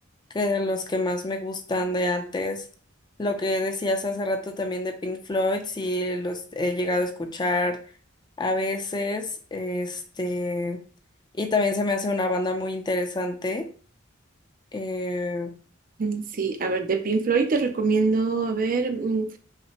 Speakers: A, on the left (about 20°); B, on the right (about 45°).
A: que de los que más me gustan de antes. Lo que decías hace rato también de Pink Floyd, sí los he llegado a escuchar a veces, este, y también se me hace una banda muy interesante. Eh,
B: Mm, Sí, a ver, de Pink Floyd te recomiendo, a ver, mm,